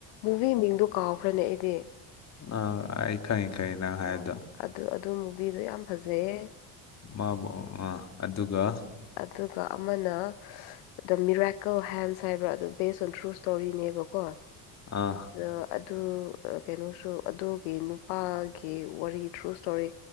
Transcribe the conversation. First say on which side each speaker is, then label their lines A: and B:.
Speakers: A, on the left; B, on the left.
A: ꯃꯨꯚꯤ ꯃꯤꯡꯗꯣ ꯀꯥꯎꯈ꯭ꯔꯅꯦ ꯑꯩꯗꯤ
B: ꯑ ꯑꯩ ꯈꯪꯉꯤ ꯈꯪꯉꯤ ꯅꯪ ꯍꯥꯏꯗꯣ
A: ꯎꯝ ꯑꯗꯨ ꯑꯗꯨ ꯃꯨꯚꯤꯗꯣ ꯌꯥꯝ ꯐꯖꯩꯌꯦ
B: ꯃꯥꯕꯨ ꯑ ꯑꯗꯨꯒ
A: ꯑꯗꯨꯒ ꯑꯃꯅ ꯗ ꯃꯤꯔꯥꯏꯀꯜ ꯍꯦꯟꯁ ꯍꯥꯏꯕ꯭ꯔ ꯑꯗꯨꯗꯣ ꯕꯦꯁ ꯑꯣꯟ ꯇ꯭ꯔꯨ ꯏꯁꯇꯣꯔꯤꯅꯦꯕꯀꯣ
B: ꯑꯥ
A: ꯑꯗ ꯑꯗꯨ ꯀꯩꯅꯣꯁꯨ ꯑꯗꯨꯒꯤ ꯅꯨꯄꯥ ꯀꯤ ꯋꯥꯔꯤ ꯇ꯭ꯔꯨ ꯁ꯭ꯇꯣꯔꯤ